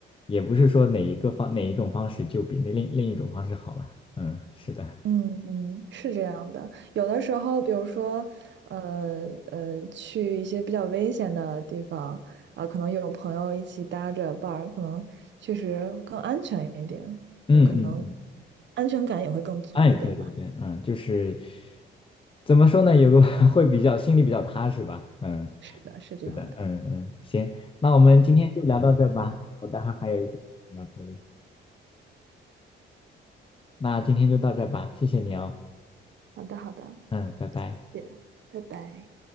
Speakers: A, on the left; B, on the right.
A: 也不是说哪一个方哪一种方式就比那另另一种方式好了，嗯，是的。
B: 嗯嗯，是这样的。有的时候，比如说，呃呃，去一些比较危险的地方，啊、可能有朋友一起搭着伴儿，可能确实更安全一点，
A: 嗯嗯嗯，
B: 呃，可能安全感也会更足一点吧。
A: 哎，对对对，嗯，就是怎么说呢，有个 <laughs> 会比较心里比较踏实吧，嗯，
B: 是的，是这样的。
A: 是的，嗯嗯，行，那我们今天就聊到这吧，我待会儿还有一些事情要处理，那今天就到这吧，谢谢你哦，
B: 好的，好的，
A: 嗯，拜拜。
B: 谢谢，拜拜。